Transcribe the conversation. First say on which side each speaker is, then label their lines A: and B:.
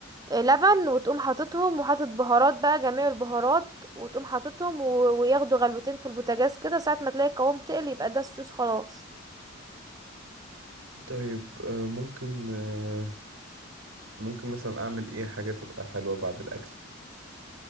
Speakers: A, on the right; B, on the right.
A: آه، لبن وتقوم حاططهم وحاطط بهارات بقى جميع البهارات وتقوم حاططهم و- وياخدوا غلوتين في البوتاجاز كده ساعة ما تلاقي القوام تقل يبقى ده الصوص خلاص
B: طيب آه، ممكن آه، ممكن مثلا اعمل ايه حاجه تبقى حلوه بعد الاكل